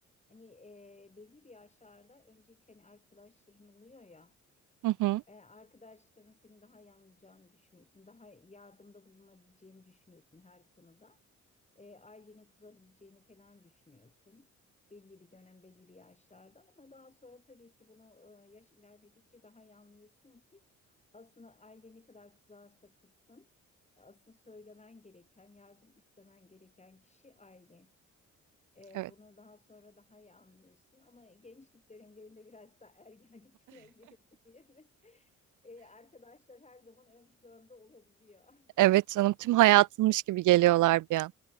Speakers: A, on the left; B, on the right.
A: Hani e, belli bir yaşlarda öncelik hani arkadaşların oluyor ya
B: Hı hı.
A: e, arkadaşların seni daha iyi anlayacağını düşünüyorsun. Daha yardımda bulunabileceğini düşünüyorsun her konuda. E, ailenin kızabileceğini falan düşünüyorsun. Belli bir dönem, belli bir yaşlarda ama daha sonra tabii ki bunu e, yaş ilerledikçe daha iyi anlıyorsun ki aslında aile ne kadar kızarsa kızsın, asıl söylemen gereken, yardım istemen gereken kişi aile. Ee,
B: Evet.
A: bunu daha sonra daha iyi anlıyorsun ama gençlik dönemlerinde birazcık daha ergenlik <laughs> dönemlerinde diye mi? <laughs> Ee, arkadaşlar her zaman ön planda olabiliyor.
B: Evet canım tüm hayatınmış gibi geliyorlar bir an.